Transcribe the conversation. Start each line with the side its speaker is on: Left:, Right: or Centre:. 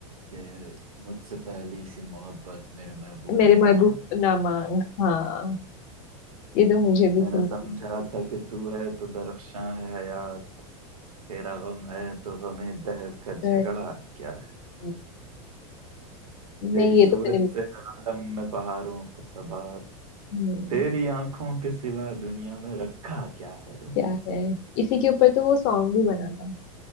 Right: कि मुझसे पहली सी मोहब्बत मेरे महबूब
Left: मेरे
Right: न
Left: महबूब
Right: मान
Left: ना मांग हाँ ये तो मुझे भी
Right: मैंने
Left: सुननी
Right: समझा
Left: है
Right: था कि तू है तो दरख्शां है हयात तेरा गम है तो गमे दहर का झगड़ा
Left: पर,
Right: क्या
Left: हम्म, नहीं
Right: तेरी सूरत
Left: ये तो मैंने भी
Right: से आलम में बहारों को सबा
Left: हम्म,
Right: तेरी आंखों के सिवा दुनिया में रखा क्या है
Left: क्या है इसी के ऊपर तो वो सॉन्ग भी बना था